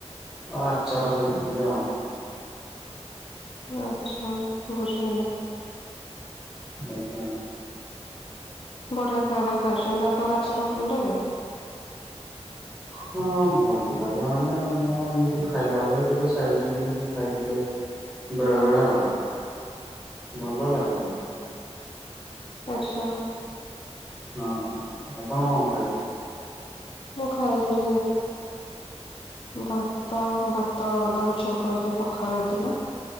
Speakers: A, in the centre; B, on the left.
A: ଆଉ ଆଚାର ହେଇଥିଲେ ଆଉ।
B: ତେବେ ଆଛା ବୁଝିହେଲା।
A: ଆଛା।
B: ବଢିଆ ଖାଇବା ଖାଇଛନ୍ତି ଆପଣଙ୍କୁ ଆଚାର ଭଲ ଲାଗେ
A: ହଁ ଭଲ ଲାଗେ ମାନେ ମୁଁ ଏମିତି ଖାଇଲା ବେଳେ ଟିକେ ସାଇଡରେ ନେଇକି ଖାଇଦିଏ। ବେଳେ ବେଳେ ଭଲ ଲାଗେ।
B: ଆଛା।
A: ହଁ ଆପଣ କଣ ଖାଇଲେ?
B: ମୁଁ ଖାଇଲି ଭାତ ଭାତ ଦହି ଛୁଙ୍କ ହେଇକି ପଖାଳ ହେଇଥିଲା।